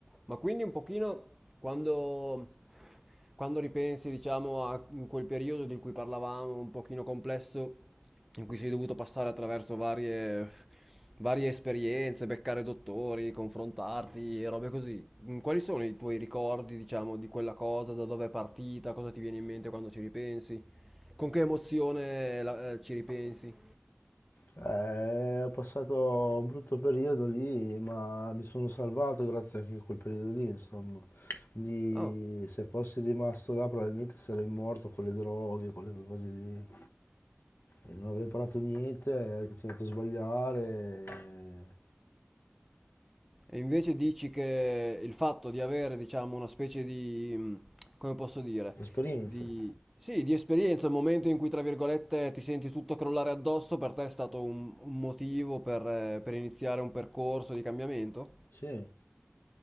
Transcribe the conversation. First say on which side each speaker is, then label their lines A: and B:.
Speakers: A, in the centre; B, on the left (about 75°).
A: Ma quindi un pochino quando, quando ripensi, diciamo, a quel periodo di cui parlavamo, un pochino complesso, in cui sei dovuto passare attraverso varie, varie esperienze, beccare dottori, confrontarti e robe così, Mm, quali sono i tuoi ricordi, diciamo, di quella cosa, da dove è partita, cosa ti viene in mente quando ci ripensi, con che emozione la- eh, ci ripensi?
B: Eh, ho passato un brutto periodo lì, ma mi sono salvato grazie anche a quel periodo lì, insomma. Quindi
A: Ah.
B: se fossi rimasto là probabilmente sarei morto con le droghe, con le cose lì. E non avrei imparato niente, avrei continuato a sbagliare. eh,
A: E invece dici che il fatto di avere, diciamo, una specie di, mh, come posso dire,
B: Esperienza,
A: di, sì, di esperienza, il momento in cui, tra virgolette, ti senti tutto crollare addosso, per te è stato un, un motivo per, eh, per iniziare un percorso di cambiamento?
B: sì.